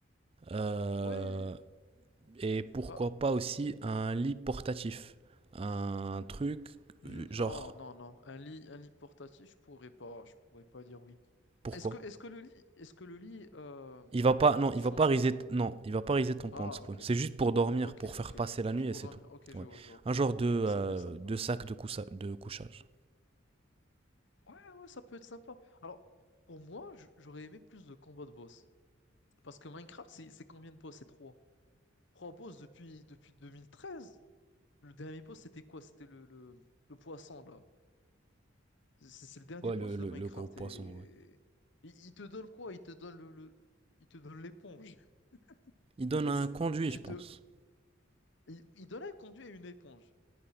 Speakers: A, on the right; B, on the left.
A: Euh,
B: Ouais,
A: et pourquoi
B: bah,
A: pas aussi un lit portatif, un truc
B: non,
A: euh, genre
B: non, non. Un lit, un lit portatif, je pourrais pas, je pourrais pas dire oui.
A: pourquoi?
B: Est-ce que, est-ce que le lit, est-ce que le lit, euh,
A: Il va pas, non, il
B: change
A: va pas riser,
B: ton...
A: t- non, il va pas riser ton point
B: Ah,
A: de spawn.
B: ok,
A: C'est juste pour dormir,
B: ok,
A: pour
B: ok.
A: faire passer
B: Juste
A: la nuit
B: pour
A: et c'est
B: dormir.
A: tout.
B: Ok, je
A: Ouais.
B: vois, je vois.
A: Un genre
B: Ah,
A: de, euh,
B: ça peut être sympa.
A: de sac de, coussa- de couchage.
B: Ouais, ouais, ça peut être sympa. Alors, pour moi, j- j'aurais aimé plus de combats de boss. Parce que Minecraft, c'est c'est combien de boss? C'est trois. Trois boss depuis, depuis 2013. Le dernier boss, c'était quoi? C'était le, le, le poisson, là. C'est c'est le dernier
A: Ouais,
B: boss
A: le, le,
B: de Minecraft.
A: le gros poisson.
B: Et...
A: ouais.
B: Il, il te donne quoi? Il te donne le, le- il te donne l'éponge.
A: Il
B: <laughs>
A: donne un conduit,
B: Tu
A: je pense.
B: te... Il, il donne un conduit à une éponge.